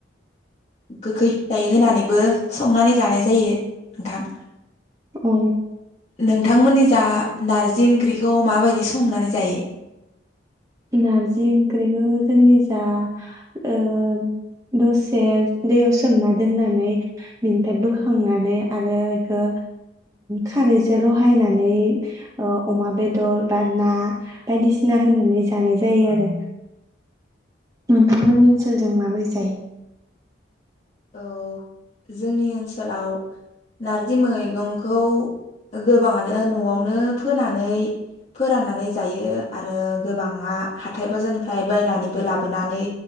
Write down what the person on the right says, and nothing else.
अ
नारजि ओंख्रिखौ जोंनि जा ओ दसे दैयाव सोमना दोननानै बिनिफ्राय बोखांनानै आरो इखो खारैजों रहायनानै ओ अमा बेदर बा ना बायदिसिना होनानै जा जानाय जायो आरो नोंथांमोननि ओनसोलजों माबोरै जायो?